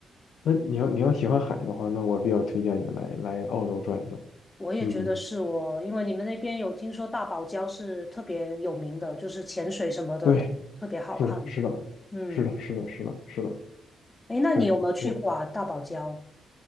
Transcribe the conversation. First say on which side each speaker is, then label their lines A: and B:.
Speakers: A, on the left; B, on the left.
A: 那你要你要喜欢海的话，那我比较推荐你来来澳洲转一转。
B: 我也觉得是我，
A: 嗯，
B: 因为你们那边有听说大堡礁是特别有名的，就是潜水什么的都特别好看。
A: 对，是的，是的，
B: 嗯，
A: 是的，是的，是的，是的。
B: 诶，那你有没有去过啊？
A: 对，我
B: 大堡礁？